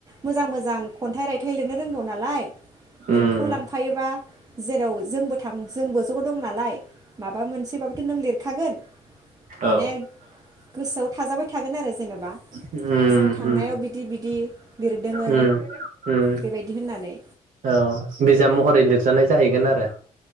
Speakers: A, on the right (about 25°); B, on the right (about 65°).
A: मोजां मोजां खन्थाइ रायथाइ लिरनो रोंगौ नालाय
B: उम
A: नोंखौ लांफायोबा जेराव जोंबो थां। थां जोंबो ज दं नालाय। माबा मोनसेबाबोथ नों लिरखागोन। माने
B: औ
A: गोसोआव। थाजाबाय। थागोन आरो जेन'बा
B: उम
A: जों थांनायाव
B: उम
A: बिदि बिदि। लिरदोङो
B: उम उम
A: बेबायदि होननानै
B: औ बिजाम। महरै लिरजानाय जाहैगोन आरो।